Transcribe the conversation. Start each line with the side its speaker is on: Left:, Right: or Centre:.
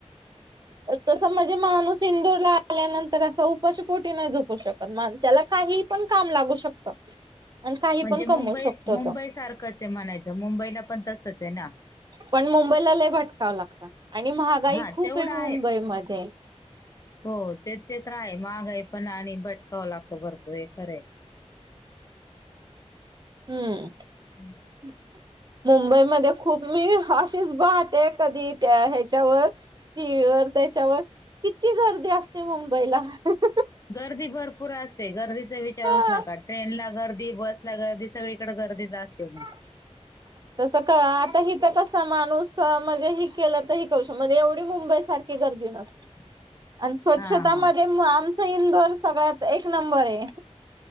Right: तस म्हणजे, माणूस इंदूरला आल्यानंतर, असं उपाशीपोटी नाय झोपू शक् पण, मंग त्याला काही, पण काम लागू शकतं. आणि काही
Left: म्हणजे
Right: पण कमवू
Left: मुंबई,
Right: शकतो
Left: मुंबई
Right: तो
Left: सारखंच ये म्हणायचं, मुंबईला पण तसंच ना.
Right: पण मुंबईला, लई भटकावं लागत, आणि महागाई
Left: हा
Right: खूपे
Left: तेवढं
Right: मुंबईमध्ये.
Left: आहे हो, ते ते तर आहे, महागाई पण, आणि भटकावं लागतं भरपूर, हे खरय.
Right: हम्म.
Left: हम्.
Right: <inaudible> मुंबईमध्ये खूप, मी अशीच पाहते, कधी त्या ह्याच्यावर टी व्ही वर, त्याच्यावर, किती गर्दी असते, मुंबईला हं हं हं.
Left: गर्दी भरपूर असते, गर्दीच विचारुच
Right: हा
Left: नका, ट्रेनला गर्दी, बसला गर्दी सगळीकडं गर्दीच, असते म
Right: <inaudible> तसं क अ, आता हितं कसं, माणूस म्हजे ही केलं त, ही करू शक म्हणजे, एवढी मुंबई सारख् की गर्दी नस्
Left: <inaudible>
Right: अन् स्वच्छता
Left: हा
Right: मध्ये, म आमचं इंदोर सगळ्यात, एक नंबरे ये.